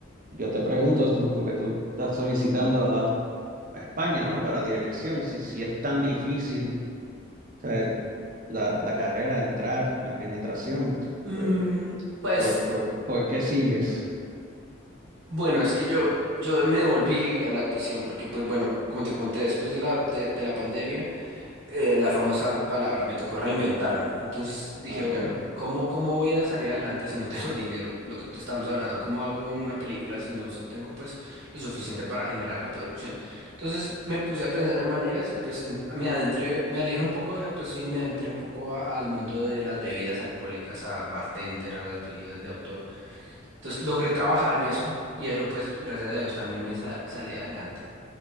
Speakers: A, on the right; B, on the right.
A: Yo te pregunto, tú- porque tú estás solicitando a, a España, ¿no? Para dirección, si, si es tan difícil, o sea, la, la carrera, entrar, la penetración,
B: Mm,
A: ¿por,
B: pues
A: por, por- por qué sigues?
B: bueno, es que yo, yo me devolví a la actuación porque pues bueno, como te comenté, después de la, de de la pandemia. eh, la famosa palabra, me tocó reinventarme. Entonces dije,
A: Ah, Ok.
B: bueno, ¿cómo, cómo voy a salir adelante si no <laughs> tengo el dinero? Lo que te estábamos hablando, ¿cómo hago una película si no se- tengo pues lo suficiente para generar la producción? Entonces me puse a pensar en maneras y pues en- me adentré, me alejé un poco de la actuación, me adentré un poco a- al mundo de las bebidas alcohólicas, a bartender, a las bebidas de autor. Entonces logré trabajar en eso y eso pues gracias a Dios también me sa- salí adelante.